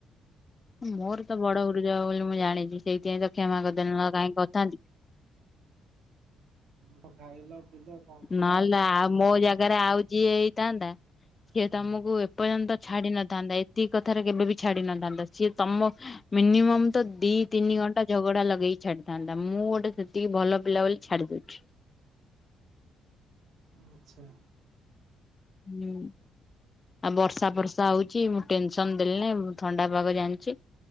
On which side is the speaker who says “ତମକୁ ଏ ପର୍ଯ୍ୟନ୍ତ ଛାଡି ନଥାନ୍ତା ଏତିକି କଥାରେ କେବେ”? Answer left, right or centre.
Left